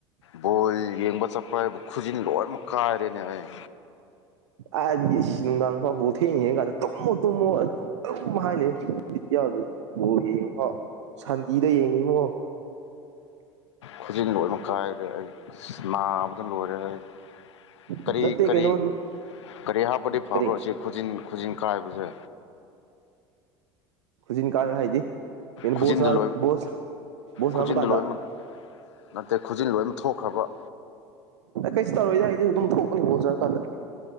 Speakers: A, on the left (about 80°); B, on the right (about 75°).
A: ꯕꯣꯜ ꯌꯦꯡꯕ ꯆꯠꯄꯔꯥ ꯍꯥꯏꯕꯨ ꯈꯨꯖꯤꯟ ꯂꯣꯏꯅꯃꯛ ꯀꯥꯏꯔꯦꯅꯦ ꯑꯩ
B: ꯑꯥꯟꯒꯤ ꯏꯁ ꯅꯨꯡꯗꯥꯡꯐꯥꯎ ꯕꯣꯜ ꯊꯦꯡꯉꯥ ꯌꯦꯡꯉꯥꯀꯥꯟꯗ ꯇꯨꯝꯃꯣ ꯇꯨꯝꯃꯣ ꯑꯗꯨꯝ ꯍꯥꯏ ꯂꯩ ꯕꯤꯠ ꯌꯥꯎꯗ ꯕꯣꯜ ꯒꯥ ꯌꯦꯡꯐꯥꯎ ꯁꯥꯟꯇꯤꯗ ꯌꯦꯡꯉꯤ ꯏꯕꯨꯡꯉꯣ
A: ꯈꯨꯖꯤꯟ ꯂꯣꯏꯃꯛ ꯀꯥꯏꯔꯦ ꯑꯩ ꯅꯥꯕꯗꯥ ꯂꯣꯏꯔꯦ ꯑꯩ
B: ꯅꯠꯇꯦ
A: ꯀꯔꯤ ꯀꯔꯤ
B: ꯀꯩꯅꯣ
A: ꯀꯔꯤ ꯍꯥꯞꯄꯗꯤ ꯐꯕ꯭ꯔꯣ
B: ꯀꯔꯤ
A: ꯁꯤ ꯈꯨꯖꯤꯟ ꯈꯨꯖꯤꯟ ꯀꯥꯏꯕꯁꯦ
B: ꯈꯨꯖꯤꯟ ꯀꯥꯏꯕ ꯍꯥꯏꯗꯤ ꯀꯩꯅꯣ
A: ꯈꯨꯖꯤꯟꯗ
B: ꯕꯣꯜ ꯁꯥꯟꯅ
A: ꯂꯣꯏ
B: ꯕꯣꯜ ꯕꯣꯜ ꯁꯅꯥꯕ
A: ꯈꯨꯖꯤꯟꯗ
B: ꯀꯥꯟꯗꯥ
A: ꯂꯣꯏꯅꯃꯛ ꯅꯠꯇꯦ ꯈꯨꯖꯤꯟ ꯂꯣꯏꯅꯃꯛ ꯊꯣꯛꯈ꯭ꯔꯕ
B: ꯀꯩꯁꯨ ꯇꯧꯔꯣꯏꯗ ꯑꯩꯖꯨ ꯑꯗꯨꯝ ꯊꯣꯛꯄꯅꯦ ꯕꯣꯜ ꯁꯥꯟꯅꯕ ꯀꯥꯟꯗ